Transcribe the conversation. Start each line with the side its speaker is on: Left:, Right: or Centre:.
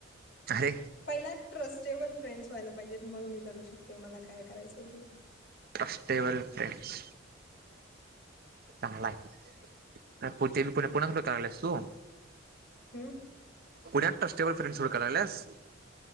Right: अरे
Left: पहिला ट्रस्टेबल फ्रेंडस व्हायला पाहिजेत मग मी करू शकते मला काय करायचंय ते.
Right: फस्टेबल फ्रेंडस. चांगला आहे तर पुतीन पुन्हा पुन्हा कराल्यास तू?
Left: हम.
Right: पुण्यात ट्रस्टेबल फ्रेंडस सुरू करल्यास.